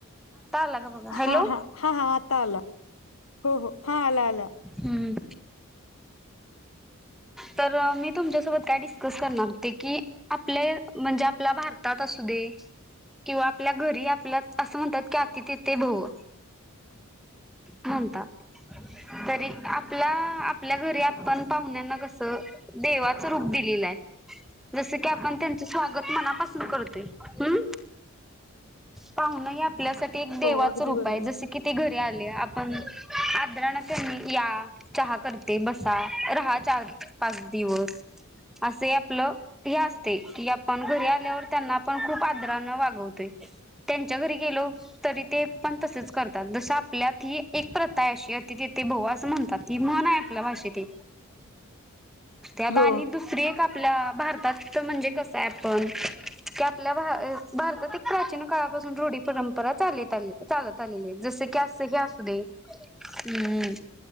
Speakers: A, in the centre; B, on the left (about 70°).
A: आला का बघा
B: हा,
A: हॅलो
B: हा, हा, हा आता आला. हो, हो हा आला आला
A: हम्म तर मी तुमच्यासोबत काय डिस्कस करणार होते की आपले म्हणजे आपल्या भारतात असू दे किंवा आपल्या घरी आपल्या असं म्हणतात की आति तिथे भव म्हणतात, तरी आपला आपल्या घरी, आप पण पाहुण्यांना कसं देवाच रूप दिलेलं आहे जसं की आपण त्यांच स्वागत मनापासून करतोय हम् पाव्हणं ह आपल्यासाठी एक देवाच
B: हो अगदी
A: रूप
B: बरोबर
A: आहे. जस की ते घरी आले आप पण आद्रणा या चहा करते बस रहा चार पाच दिवस असेहि आपलं हे असते की आपण घरी आल्यावर त्यांना आपण खूप आदरानं वागवतोय त्यांच्या घरी गेलो. तरी ते पण तसच करतात. जस आपल्यात ही एक प्रथा आहे. अशी अतिथी देवो भव अस म्हणतात. ती म्हण आहे आपल्या भाषेत असते. आता
B: हो
A: आणि दुसरी एक आपल्या भारतात म्हणजे कस आहे आपण की, आपल्या भारतात एक प्राचीन काळापासून रूढी परंपरा परंपरा चालत चालत आलेली. जस की अस हे असू दे हम्.